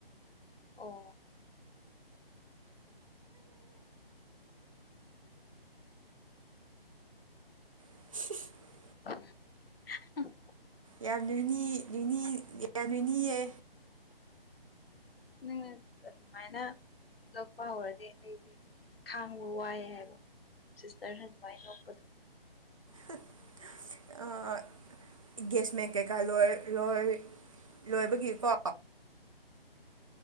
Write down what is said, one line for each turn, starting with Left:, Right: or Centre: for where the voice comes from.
Left: ꯑꯣ
Right: <unintelligible>
Left: <unintelligible>
Right: ꯌꯥꯝ ꯅꯤꯅꯤꯅꯤ ꯌꯥꯝ ꯅꯤꯅꯤꯌꯦ
Left: ꯅꯪ ꯑꯗꯨꯃꯥꯏꯅ ꯅꯣꯛꯄ ꯍꯧꯔꯗꯤ ꯑꯩꯗꯤ ꯈꯥꯡꯕ ꯋꯥꯏꯑꯦ ꯍꯥꯏꯕ ꯁꯤꯁꯇꯔꯅ ꯑꯗꯨꯃꯥꯏ ꯅꯣꯛꯄꯗꯣ
Right: ꯊꯨꯡ ꯑꯥꯡꯏ ꯒꯦꯁꯃꯦꯟ ꯀꯩꯀꯥ ꯂꯣꯏꯣꯏ ꯂꯣꯏꯕꯒꯤꯀꯣ